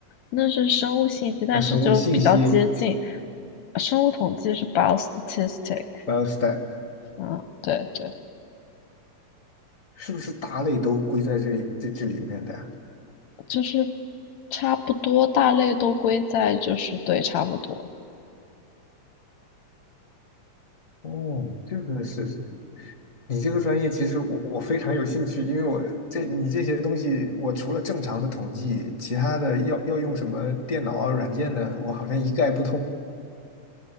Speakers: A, on the left (about 70°); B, on the left (about 45°).
A: 那是生物信息，但是就比较接近。
B: 啊，生物信息
A: 生物统计是 biostatistics，
B: biostat
A: 嗯，对对，
B: 是不是大类都归在这里这这里面的呀？
A: 就是差不多，大类都归在就是对，差不多
B: 哦，这个是。你这个专业其实我我非常有兴趣，因为我这你这些东西，我除了正常的统计，其他的要要用什么电脑啊、软件的，我好像一概不通。